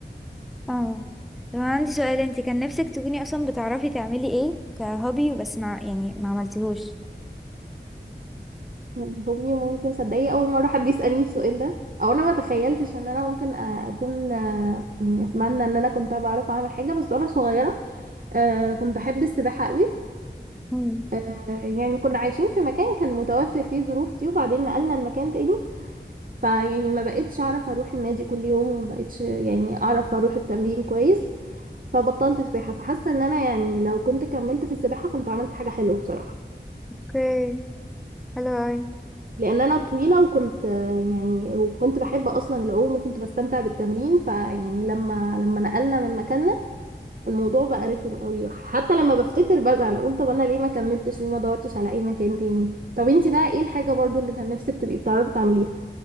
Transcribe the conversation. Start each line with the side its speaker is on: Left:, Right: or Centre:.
Centre: اه طب انا عندي سؤال انت كان نفسك تكوني اصلا بتعرفي تعملي ايه كهوبي بس مع يعني ما عملتيهوش
Right: كان هوبي ممكن صدقي اول مرة حد يسألني السؤال ده او انا ما تخيلتش ان انا ممكن آه، اكون آه، يعني اتمنى ان انا كنت بعرف اعمل حاجة بس وانا صغيرة أه كنت بحب السباحة قوي
Centre: مم.
Right: آه، يعني كنا عايشين في مكان كان متوفر فيه ظروف دي وبعدين نقلنا المكان تاني فيعني ما بقتش اعرف اروح النادي كل يوم وما بقتش يعني اعرف اروح التمرين كويس فبطلت سباحة فحاسة ان انا يعني لو كنت كملت في السباحة كنت عملت حاجة حلوة بصراحة
Centre: اوكي حلو اوي
Right: لان انا طويلة وكنت آه، يعني وكنت بحب اصلا العوم وكنت بستمتع بالتمرين فيعني لما لما نقلنا من مكاننا الموضوع بقى رخم قوي حتى لما بفتكر بزعل اقول طب انا ليه ما كملتش ليه ما دورتش على اي مكان تاني طب انتي بقى ايه الحاجة برضو اللي كان نفسك تبقي بتعرفي تعمليها